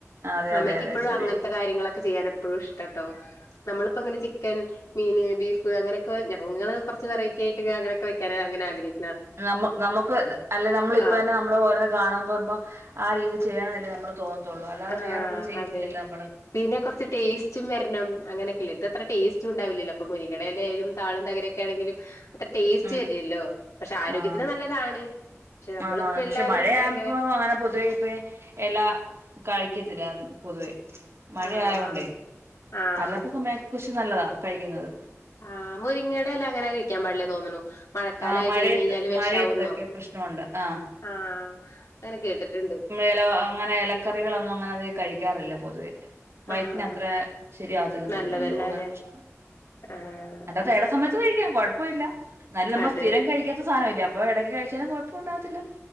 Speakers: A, on the right; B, on the left.
A: അതെ
B: അമ്മക്കിപ്പോഴും
A: അതെ അതെ ശരിയാ
B: അങ്ങനത്തെ കാര്യങ്ങളൊക്കെ ചെയ്യാൻ ഇപ്പോഴും ഇഷ്ടട്ടോ നമ്മളിപ്പോ ഇങ്ങനെ ചിക്കൻ മീന് ബീഫ് അങ്ങനെയൊക്കെ ഞങ്ങള് കുറച്ച് വെറൈറ്റി ആയിട്ട് അങ്ങനൊക്കെ വെക്കാനാ അങ്ങനെ ആഗ്രഹി
A: നമ നമുക്ക് അല്ലെ നമ്മളിപ്പന്നെ
B: ആഹ്
A: നമ്മള് ഓരോ കാണ പറുമ്പോ ആ രീതി ചെയ്യണ കാണുമ്പോ മ്പൊ ആഹ് രീതിയിൽ ചെയ്യണം എന്നല്ലേ നമ്മൾ തോന്നത്തുള്ളൂ അല്ലതെ
B: ആഹ്
A: വേറൊന്നും ചെയ്യത്തില്ലല്ലോ
B: അതെ
A: നമ്മള്
B: പിന്നെ കുറച്ച് ടേസ്റ്റും വരണം അങ്ങനൊക്കില്ലെ ഇത് അത്ര ടേസ്റ്റ് ഉണ്ടാവില്ലല്ലോ ഇപ്പ മുരിങ്ങയിടെയില ആയാലും താളും തകരെ ക്കെ ആണെങ്കിലും അത്ര ടേസ്റ്റ്
A: ഉം
B: വരില്ലല്ലോ പക്ഷെ ആരോഗ്യത്തിന്
A: ആഹ്
B: നല്ലതാണ് പക്ഷെ നമ്മളിപ്പോ
A: ആന്നാ പക്ഷെ
B: എല്ലാവരും
A: മഴയാകുമ്പോ
B: ഭയങ്കര
A: അങ്ങനെ പൊതുവേ ഇപ്പ എല കായിക്കത്തില്ല അതും പൊതുവേ മഴയായോണ്ടേ
B: ആഹ് ആഹ്
A: അല്ലാത്ത സമയം പുഷ് നല്ലതാ കഴിക്കുന്നത്
B: ആഹ് മുരിങ്ങേടെ എല അങ്ങനെ കഴിക്കാൻ പാടില്ല തോന്നണു മഴക്കാലായി
A: ആഹ് മഴയത്ത്
B: കഴിഞ്ഞഴിഞ്ഞാല് വിഷാവുന്നോ
A: മഴയത്തൊക്കെ പ്രശ്നമുണ്ട് ആഹ്
B: ആഹ് അങ്ങനെ കേട്ടിട്ടുണ്ട്
A: എല അങ്ങനെ ഇലക്കറികളൊന്നും അങ്ങനെ അധികം കഴിക്കാറില്ല പൊതുവെ വയറ്റിന്
B: ആഹ്
A: അത്ര ശെരിയാകത്തില്ലന്ന്
B: നല്ലതല്ലാല്ലേ
A: തോന്നുന്നു എന്തോ അങ്ങനെ പ്രശ്നം
B: ആഹ്
A: എന്റെത്തെട സമയത്ത് കഴിക്കാം കൊഴപ്പില്ല ന്നാലും നമ്മൾ
B: അതെ
A: സ്ഥിരം കഴിക്കാത്ത സാനവല്ലെ അപ്പൊ എടക്ക് കഴിച്ചാലും കൊഴപ്പം ഉണ്ടാവത്തില്ല